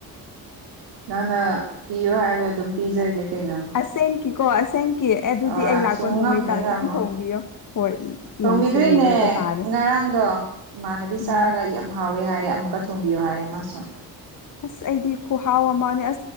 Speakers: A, on the right; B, on the left.
A: ꯅꯪꯅ ꯄꯤꯌꯣ ꯍꯥꯏꯕꯗ ꯑꯗꯨꯝ ꯄꯤꯖꯒꯦ ꯀꯩꯅꯣ
B: ꯑꯁꯦ ꯀ ꯀꯣꯁ ꯊꯦꯡꯀ꯭ꯌꯨ ꯑꯗꯨꯗꯤ
A: ꯑ
B: ꯑꯩ ꯂꯥꯛꯄ
A: ꯁꯨꯡꯉꯝ
B: ꯅꯨꯃꯤꯠꯇ
A: ꯍꯦꯛ ꯉꯝꯃꯣꯏ
B: ꯑꯗꯨꯝ ꯊꯣꯡꯕꯤꯌꯣ ꯍꯣꯏ
A: ꯊꯣꯡꯕꯤꯗꯣꯏꯅꯦ
B: ꯌꯦꯡꯁꯦ ꯌꯦꯡꯅꯕ ꯇꯥꯔꯦ
A: ꯉꯔꯥꯡꯗꯣ ꯏꯃꯥꯟꯅꯕꯤ
B: ꯎꯝ
A: ꯆꯥꯔꯒ ꯌꯥꯝ ꯍꯥꯎꯋꯦ ꯍꯥꯏꯌꯦ ꯑꯃꯨꯛꯀ ꯊꯣꯡꯕꯤꯌꯣ ꯍꯥꯏꯌꯦ ꯃꯥꯁꯨ
B: ꯑꯁ ꯑꯩꯗꯤ ꯈꯨꯍꯥꯎ ꯑꯃꯅꯦ ꯑ